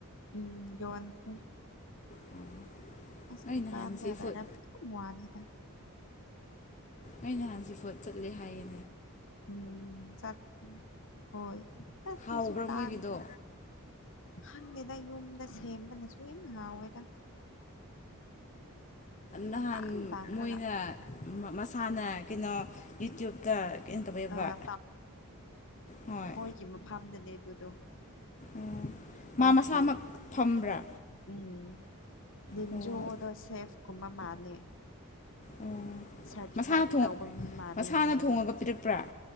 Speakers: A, on the left; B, on the left.
A: ꯎꯝ ꯌꯣꯟꯈꯔꯦ
B: ꯑꯣ
A: ꯑꯁ
B: ꯅꯣꯏ
A: ꯗꯨꯀꯥꯟꯗ
B: ꯅꯍꯥꯟ ꯁꯤ
A: ꯂꯩꯔꯝ
B: ꯐꯨꯗ
A: ꯎꯝꯋꯥꯅꯤꯗ
B: ꯑꯩ ꯅꯍꯜ ꯖꯤꯐꯣꯠ ꯆꯠꯂꯦ ꯍꯥꯏꯌꯦ
A: ꯎꯝ ꯆꯠ ꯎꯝ ꯍꯣꯏ ꯑꯁꯇꯨꯁꯨ
B: ꯍꯥꯎꯕ꯭ꯔꯥ
A: ꯇꯥꯟꯕ
B: ꯃꯣꯏꯒꯤꯗꯣ
A: ꯍꯪꯗꯦꯗ ꯌꯨꯝꯗ ꯁꯦꯝꯕꯅꯁꯨ ꯍꯦꯟꯅ ꯍꯥꯎꯋꯦꯗ
B: ꯅꯍꯥꯟ
A: ꯇꯥꯡ ꯇꯥꯡꯔꯒ
B: ꯃꯣꯏꯅ ꯃꯃꯁꯥꯅ ꯀꯩꯅꯣ ꯌꯨꯠꯇꯨꯞꯇ ꯀꯩꯅꯣ ꯇꯧꯋꯦꯕ
A: ꯑ
B: ꯍꯣꯏ
A: ꯒꯤ ꯃꯐꯝꯗꯅꯦ ꯑꯗꯨꯗꯣ
B: ꯑꯣ
A: ꯃꯣꯏꯒꯤ
B: ꯃꯥ ꯃꯁꯥꯃꯛ ꯐꯝꯕ꯭ꯔꯥ
A: ꯎꯝ ꯂꯤꯟꯖꯣꯗꯣ
B: ꯑꯣ
A: ꯁꯦꯐ ꯀꯨꯝꯕ ꯃꯥꯟꯂꯦ
B: ꯑꯣ
A: ꯁꯔꯇꯤꯐꯥꯏꯠ
B: ꯃꯁꯥꯅ ꯊꯣꯡ
A: ꯇꯧꯕ ꯃꯤ ꯃꯥꯜꯂꯦꯅ
B: ꯃꯁꯥꯅ
A: ꯍꯥꯏꯌꯦꯕ
B: ꯊꯣꯡꯉꯒ
A: ꯑꯩꯁꯦ
B: ꯄꯤꯔꯛꯄ꯭ꯔꯥ